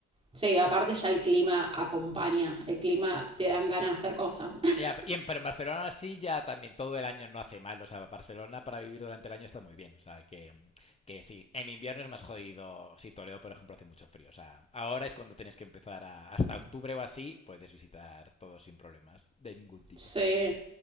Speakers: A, on the right; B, on the left.
A: sí, aparte ya el clima acompaña, el clima te dan ganas de hacer cosas. <laughs>
B: Ya, y en- pero en Barcelona sí ya también todo el año no hace mal. O sea, Barcelona para vivir durante el año está muy bien. O sea, que, que sí, en invierno es más jodido. Si Toledo, por ejemplo, hace mucho frío. O sea, ahora es cuando tienes que empezar a, hasta octubre o así, puedes visitar todo sin problemas de ningún tipo.
A: Sí,